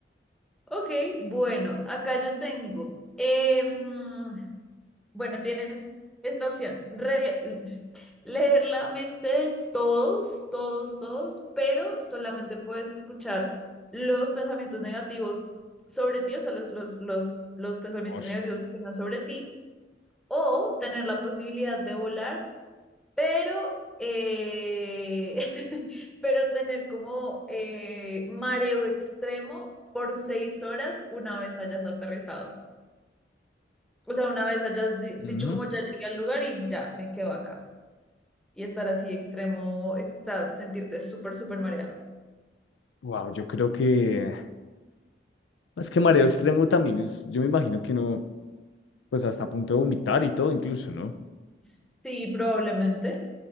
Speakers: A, in the centre; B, on the left (about 85°).
A: Ok, bueno, acá yo tengo. em, Bueno, tienes esta opción, re- leer la mente de todos, todos, todos, pero solamente puedes escuchar los pensamientos negativos sobre ti, o sea, los, los, los, los pensamientos
B: Osh.
A: negativos que tengan sobre ti, o tener la posibilidad de volar, pero, eh, <laughs> pero tener como eh, mareo extremo por seis horas una vez hayas aterrizado. O sea, una vez hayas di-
B: Ujú.
A: dicho como ya llegué al lugar y ya, me quedo acá. Y estar así extremo, ex- o sea, sentirte súper, súper mareada.
B: Wow, yo creo que, es que mareo extremo también es, yo me imagino que uno, pues hasta a punto de vomitar y todo incluso, ¿no?
A: Sí, probablemente.